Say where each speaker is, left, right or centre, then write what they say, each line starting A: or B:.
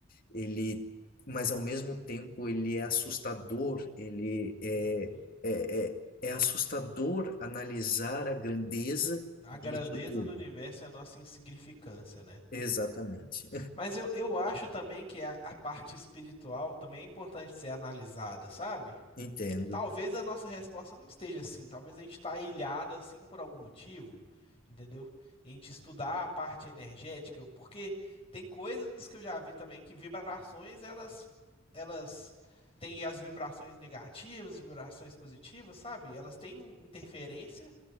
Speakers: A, on the left (about 45°); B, on the left (about 30°).
A: ele, mas ao mesmo tempo ele é assustador, ele é,
B: Uhum.
A: é, é, é assustador analisar a grandeza
B: O- a
A: disso
B: grandeza
A: tudo.
B: do universo é a nossa insignificância, né?
A: Exatamente.
B: Mas eu, eu acho também que a, a parte espiritual também é importante ser analisada, sabe?
A: <laughs> Entendo.
B: Que talvez a nossa resposta não esteja assim, talvez a gente está ilhado assim por algum motivo, entendeu? E a gente estudar a parte energética, porque tem coisas que eu já vi também que vibrações elas elas têm as vibrações negativas, vibrações positivas, sabe? Elas têm interferência